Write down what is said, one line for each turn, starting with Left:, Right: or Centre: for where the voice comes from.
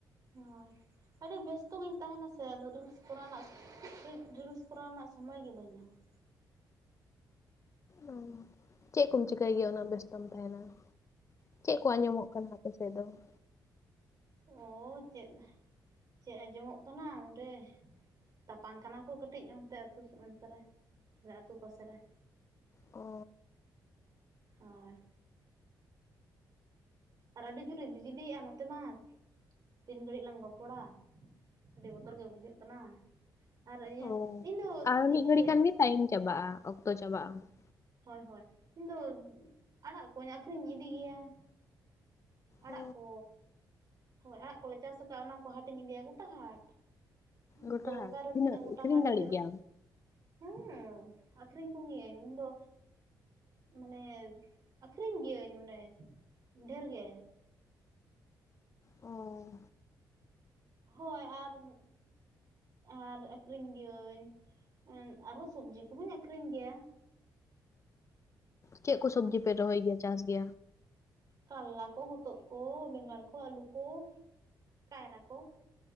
Right: ᱦᱳᱭ ᱟᱹᱰᱤ ᱵᱮᱥᱛᱚ ᱜᱤᱧ ᱛᱟᱦᱮᱱᱟ ᱥᱮ ᱟᱫᱚ ᱨᱤᱞᱥ ᱠᱚᱨᱟᱣ ᱨᱮᱱᱟᱜ <unintelligible> ᱨᱤᱞᱥ ᱠᱚᱨᱟᱣ ᱨᱮᱱᱟᱜ ᱥᱚᱢᱚᱭ ᱜᱮ ᱵᱟᱹᱧ ᱧᱟᱢᱟ ᱾
Left: ᱚ ᱪᱮᱫ ᱠᱚᱢ ᱪᱤᱠᱟᱹᱭ ᱜᱮᱭᱟ ᱩᱱᱟᱹᱜ ᱵᱮᱥᱛᱚᱢ ᱛᱟᱦᱮᱱᱟ? ᱪᱮᱫ ᱠᱚ ᱟᱸᱡᱚᱢ ᱚᱜ ᱠᱟᱱᱟ? <unintelligible>
Right: ᱚ ᱪᱮᱫ ᱪᱮᱫ ᱟᱸᱡᱚᱢ ᱚᱜ ᱠᱟᱱᱟ ᱚᱸᱰᱮ ᱛᱟᱯᱟᱢ ᱠᱟᱱᱟ ᱠᱚ ᱠᱟᱹᱴᱤᱡ ᱚᱱᱛᱮ ᱟᱹᱛᱩ ᱚᱱᱛᱮ ᱨᱮ ᱟᱞᱮ ᱟᱹᱛᱩ ᱯᱟᱥᱮ ᱨᱮ ᱾
Left: ᱚᱻ
Right: ᱦᱳᱭ ᱾ ᱟᱨ ᱟᱹᱰᱤ ᱡᱳᱨ ᱮ ᱵᱤᱡᱽᱞᱤ ᱮᱜᱼᱟ ᱱᱚᱛᱮ ᱢᱟ, ᱛᱤᱱ ᱜᱷᱟᱹᱲᱤᱡ ᱞᱟᱝ ᱨᱚᱯᱚᱲᱟ ᱟᱹᱰᱤ ᱵᱚᱛᱚᱨ ᱜᱮ ᱵᱩᱡᱷᱟᱹᱜ ᱠᱟᱱᱟ ᱾ ᱟᱨ ᱤᱭᱟᱹ
Left: ᱚ
Right: ᱤᱧ ᱫᱚ
Left: ᱟᱨ ᱢᱤᱫ
Right: ᱤᱭᱟᱹ
Left: ᱜᱷᱟᱹᱲᱤ ᱠᱷᱟᱱ ᱜᱮ ᱴᱟᱭᱤᱢ ᱪᱟᱵᱟᱜᱼᱟ ᱚᱠᱛᱚ ᱪᱟᱵᱟᱜᱼᱟ ᱾
Right: ᱦᱳᱭ ᱦᱳᱭ ᱤᱧ ᱫᱚ ᱟᱸᱲᱟᱜ ᱠᱚᱸᱧ ᱟᱹᱠᱷᱨᱤᱧ ᱤᱫᱤ ᱜᱮᱭᱟ ᱾ ᱟᱸᱲᱟᱜ
Left: ᱚ
Right: ᱠᱚ ᱦᱳᱭ ᱟᱸᱲᱟᱜ ᱠᱚ ᱞᱮ ᱪᱟᱥ ᱟᱠᱟᱜᱼᱟ ᱚᱱᱟ ᱠᱚ ᱦᱚᱴᱟ ᱤᱧ ᱤᱫᱤᱭᱟ ᱜᱚᱴᱟ ᱦᱟᱸᱴᱼᱼ ᱡᱷᱚᱛᱚ
Left: ᱜᱚᱴᱟ
Right: ᱚᱠᱟ ᱨᱮ ᱛᱤᱱᱟᱹᱜ ᱜᱚᱴᱟ
Left: ᱟᱹᱠᱷᱨᱤᱧ
Right: ᱦᱟᱸᱴ
Left: ᱫᱟᱲᱮᱜ
Right: ᱦᱩᱭᱩᱜᱼᱟ᱾
Left: ᱜᱮᱭᱟᱢ?
Right: ᱦᱮᱸ ᱟᱹᱠᱷᱨᱤᱧ ᱠᱚ ᱜᱮᱭᱟᱹᱧ ᱤᱧ ᱫᱚ ᱢᱟᱱᱮ ᱟᱹᱠᱷᱨᱤᱧ ᱜᱤᱭᱟᱹᱧ ᱢᱟᱱᱮ ᱰᱷᱮᱨ ᱜᱮ
Left: ᱚ
Right: ᱦᱳᱭ ᱟᱨ ᱟᱨ ᱟᱹᱠᱷᱨᱤᱧ ᱜᱤᱭᱟᱹᱧ ᱟᱨ ᱦᱚᱸ ᱥᱚᱵᱡᱤ ᱠᱚᱦᱚᱧ ᱟᱹᱠᱷᱨᱤᱧ ᱜᱮᱭᱟ᱾
Left: ᱪᱮᱫ ᱠᱚ ᱥᱚᱵᱡᱤ ᱯᱮ ᱨᱚᱦᱚᱭ ᱜᱮᱭᱟ ᱪᱟᱥ ᱜᱮᱭᱟ᱾
Right: ᱠᱟᱞᱞᱟ ᱠᱚ ᱦᱚᱛᱚᱫ ᱠᱚ ᱵᱮᱸᱜᱟᱲ ᱠᱚ ᱟᱹᱞᱩ ᱠᱚ ᱠᱟᱭᱨᱟ ᱠᱚ᱾